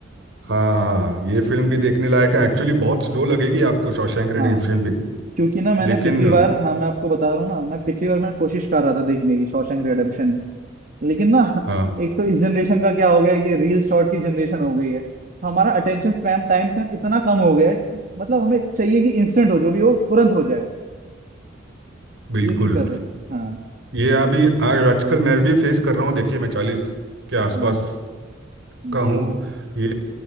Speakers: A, on the right (about 65°); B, on the right (about 45°).
A: हाँ हाँ ये फिल्म भी देखने लायक है एक्चुअली बहुत स्लो लगेगी आपको शॉशैंक रिडेम्पशन
B: हाँ
A: भी
B: क्योंकि ना मैंने
A: लेकिन
B: पिछली बार
A: अ,
B: हाँ मैं आपको बता रहा हूँ ना मैं पिछली बार मैं कोशिश कर रहा था देखने की शॉशैंक रिडेम्पशन ही लेकिन ना
A: हाँ
B: <laughs> एक तो इस जनरेशन का क्या हो गया है, ये रील शॉर्ट की जनरेशन हो गई है हमारा अटेंशन स्पैम टाइम स्पैम इतना कम हो गया है कि मतलब हमें चाहिए कि इंस्टेंट हो जो भी हो तुरंत हो जाए
A: बिल्कुल
B: ये दिक्कत है हाँ
A: ये अभी आ- आजकल मैं भी फेस कर रहा हूँ देखिए मैं चालीस के आसपास
B: हम्म,
A: का
B: जी
A: हूँ
B: जी
A: ये